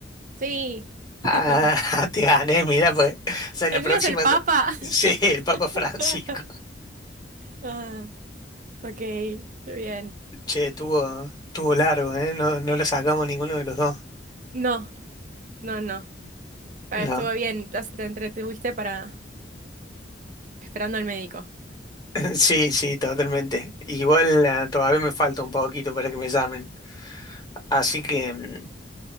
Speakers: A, on the right (about 45°); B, on the left (about 20°).
A: Sí.
B: Ah,
A: <laughs>
B: <laughs> te gané, mira, pues. O sea, en
A: El
B: la próxima.
A: mío es el Papa. <laughs>
B: Sí, el Papa Francisco.
A: Ah, ok. Bien.
B: Che, tuvo, tuvo largo, ¿eh? No, no lo sacamos ninguno de los dos.
A: No, no, no. Ah,
B: No.
A: Estuvo bien. Te te entretuviste para esperando al médico.
B: <laughs> Sí, sí, totalmente. Igual ah, todavía me falta un poquito para que me llamen. Así que, mm,